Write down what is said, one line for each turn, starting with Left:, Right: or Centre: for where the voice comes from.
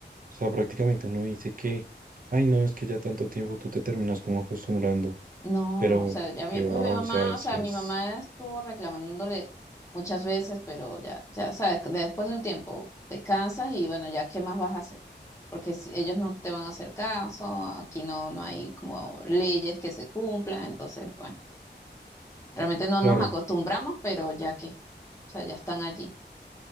Right: sea, prácticamente uno dice que, ay, no, es que ya tanto tiempo tú te terminas como acostumbrando,
Left: No,
Right: pero
Left: o sea, ya mi,
Right: que va,
Left: mi mamá,
Right: o sea, eso
Left: o sea,
Right: es
Left: mi mamá estuvo reclamándole muchas veces, pero ya, ya sabes, después de un tiempo te cansas y bueno, ya qué más vas a hacer, porque si- ellos no te van a hacer caso, aquí no, no hay como leyes que se cumplan, entonces, bueno, realmente no
Right: claro.
Left: nos acostumbramos, pero ya que, o sea, ya están allí,